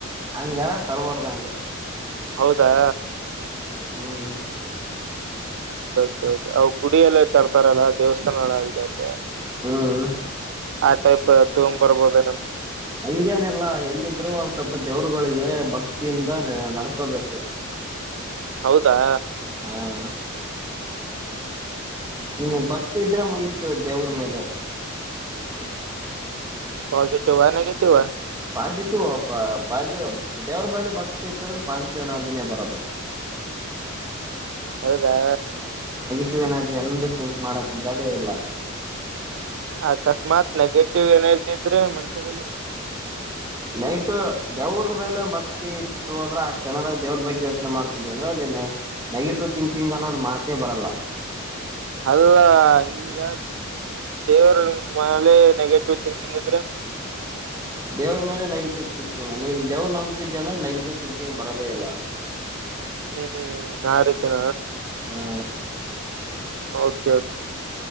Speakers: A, on the right (about 15°); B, on the right (about 65°).
A: ಹಂಗಲ್ಲ ತರವಾಡುದಾಂಗ
B: ಹೌದಾ
A: ಹ್ಮ್
B: ಹೌದು ಅವ ಗುಡಿಯಲ್ಲ ತರ್ತಾರಲ್ಲ ದೇವಸ್ಥಾನಗಳ ಅಲ್ ಅ
A: ಹ್ಮ್
B: ಆ ಟೈಪ್ ತೊಗಂಬ್ ಬರ್ಬೋದ ಏನ
A: ಹಂಗೆೇನೆಲ್ಲಾ ಎಲ್ಲಿದ್ರು ಒ ಸ್ವಲ್ಪ ದೇವರುಗಳಿಗೆ ಭಕ್ತಿಯಿಂದ ನ ನಡ್ಕೋಬೇಕು
B: ಹೌದಾ
A: ಹಾ ನಿನ್ಗ್ ಭಕ್ತಿ ಇದ್ರೆ ಮುಗೀತು ದೇವ್ರ ಮೇಲೆ
B: ಪಾಸಿಟಿವ್ಾ ನೆೆಗೆಟಿವ್ಾ
A: ಪಾಸಿಟಿವ್ ಪಾಸಿಟಿವ್ ದೇವ್ರ ಬಳಿ ಭಕ್ತಿ ಇತ್ತಂದ್ರೆ ಪಾಸಿಟಿವ್ ಎನರ್ಜಿನೇ ಬರೋದು
B: ಹೌದಾ
A: ಿವ್ ಎನರ್ಜಿ ಅಂದು ಥಿಂಕ್ ಮಾಡಕ್ ಬಿಡೋದೇ ಇಲ್ಲ
B: ಅಕಸ್ಮಾತ್ ನೆಗೆಟಿವ್ ಎನರ್ಜಿ ಇದ್ರೆ ಮನುಷ್ಯದಲ್ಲಿ
A: ನೈಟ್ ದೇವ್ರ ಮೇಲೆ ಭಕ್ತಿ ಇತ್ತು ಅಂದ್ರೆ ಆ ಕ್ಷಣದ ದೇವ್ರ ಬಗ್ಗೆ ಯೋಚನೆ ಮಾಡ್ತಿದ್ವಿ ಅಂದ್ರೆ ನೆಗೆಟಿವ್ ಥಿಂಕಿಂಗ್ ಅನ್ನೋದು ಮಾತೇ ಬರಲ್ಲ
B: ಅಲ್ಲ ಈಗ ದೇವ್ರ ಮಲೆೆ ನೆಗೆಟಿವ್ ಂಕಿಂಗ್ ಇದ್ರೆ
A: ದೇವ್ರ ಮೇಲೆ ನೆಗೆಟಿವ್ ತಿಂಕಿಂಗ್ ನೀನ್ ದೇವ್ ನಂಬತಿದ್ದ ಅಂದ್ರೆ ನೆಗೆಟಿವ್ ತಿಿಂಕಿಂಗ್ ಬರದೇ ಇಲ್ಲ ಹ
B: ಹ್ಮ್ ಹ್ಮ್ ಹ್ಮ್ ಆ ರೀತಿನ
A: ಹಾ
B: ಓಕೆ